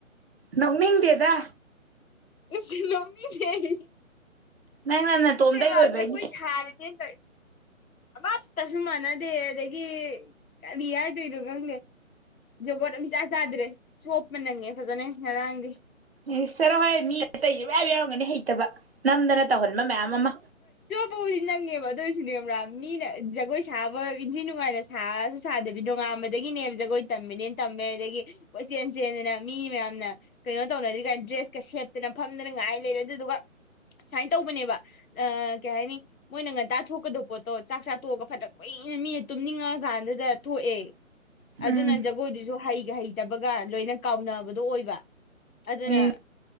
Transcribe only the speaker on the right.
ꯅꯧꯅꯤꯡꯗꯦꯗ
ꯅꯪꯅ ꯅꯇꯣꯝꯗꯩ
ꯑꯣꯏꯕꯩꯅꯤ
ꯑꯦ ꯆꯔꯣ ꯍꯣꯏ ꯃꯤ ꯑꯇꯩꯁꯨ ꯃꯌꯥꯝ ꯌꯥꯎꯔꯝꯒꯅꯤ ꯍꯩꯇꯕ ꯅꯝꯗꯅ ꯇꯧꯍꯟꯕ ꯃꯌꯥꯝ ꯑꯃ
ꯎꯝ
ꯎꯝ